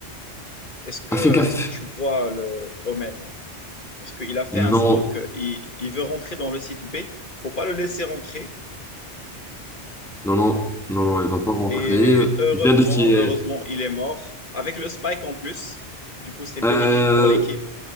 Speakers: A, on the left; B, in the centre.
A: est-ce que,
B: Ah, fais gaffe.
A: est-ce que tu vois le Omen? Parce qu'il a fait un
B: Non.
A: smoke, euh, il, il veut rentrer dans le site B. Faut pas le laisser rentrer.
B: Non, non, non, non, elle va pas rentrer.
A: Et heureusement,
B: Il vient de fier.
A: heureusement, il est mort. Avec le spike en plus. Du coup, c'est bénéfique
B: Euh,
A: pour l'équipe.